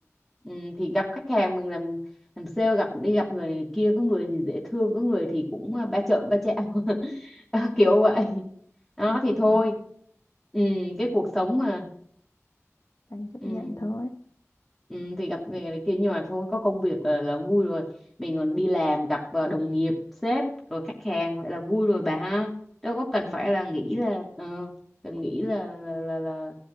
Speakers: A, in the centre; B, on the left (about 75°).
A: ừ, thì gặp khách hàng mình làm làm sale gặp đi gặp người này kia có người thì dễ thương có người thì cũng à, ba trợn ba trẹo <laughs> Đó, kiểu vậy đó
B: Ờ, cuộc
A: thì thôi
B: sống
A: ừ, cái cuộc sống mà
B: anh chấp
A: ừ,
B: nhận thôi
A: ừ, thì gặp người này kia nhưng mà thôi có công việc là, là vui rồi mình còn đi làm gặp à, đồng nghiệp sếp rồi khách hàng vậy là vui rồi bà ha đâu có cần
B: Đúng
A: phải
B: rồi.
A: là nghĩ là ờ, cần nghĩ là là là, là